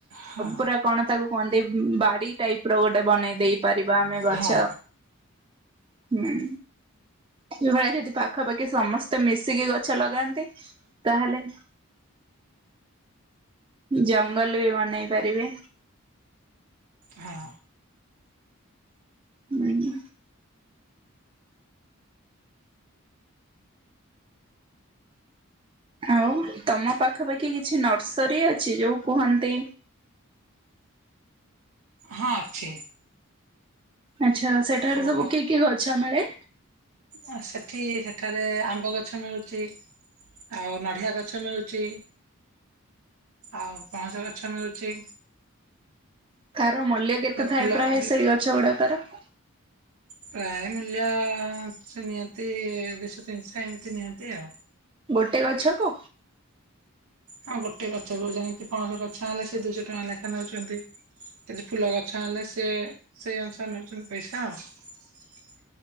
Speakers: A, on the right; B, on the right.
A: ହଁ
B: ପୁରା କଣ ତାକୁ କୁହନ୍ତି ବାଡି ଟାଇପ ର ଗୋଟେ ବନେଇ ଦେଇ ପାରିବା ଆମେ ଗଛ
A: ହଁ
B: ହୁଁ ଏଭଳିଆ ଯଦି ପାଖାପାଖି ସମସ୍ତେ ମିଶିକି ଗଛ ଲଗାନ୍ତି ତାହେଲେ ଜଙ୍ଗଲ ବି ବନେଇ ପାରିବେ
A: ହଁ
B: ହୁଁ ଆଉ ତମ ପାଖାପାଖି କିଛି ନର୍ସରୀ ଅଛି ଯୋଉ କୁହନ୍ତି
A: ହଁ ଅଛି
B: ଆଚ୍ଛା ସେଠାରେ
A: ଆମ
B: ସବୁ କି କି ଗଛ ଆମର
A: ଆ ସେଠି ସେଠାରେ ଆମ୍ବ ଗଛ ମିଳୁଚି ଆଉ ନଡ଼ିଆ ଗଛ ମିଳୁଚି। ଆଉ ପଣସ ଗଛ ମିଳୁଚି?
B: ତାର ମୂଲ୍ୟ କେତେ ଥାଏ
A: ଫୁଲ
B: ପ୍ରାୟ
A: ବି
B: ସେଇ ଗଛ ଗୁଡାକର। <inaudible>
A: ପ୍ରାୟ ମୂଲ୍ୟ ସେ ନିଅନ୍ତି ଦୁଇଶହ ତିନିଶହ ଏମିତି ନିଅନ୍ତି ଆଉ।
B: ଗୋଟେ ଗଛ କୁ
A: ହଁ ଗୋଟେ ଗଛକୁ ଯାଇକି ପଣସ ଗଛ ହେଲେ ସେ ଦୁଇଶହ ଟଙ୍କା ଲେଖା ନେଉଛନ୍ତି କିଛି ଫୁଲ ଗଛ ହେଲେ ସେ ସେଇ ଅନୁସାରେ ନେଉଛନ୍ତି ପଇସା ଆଉ।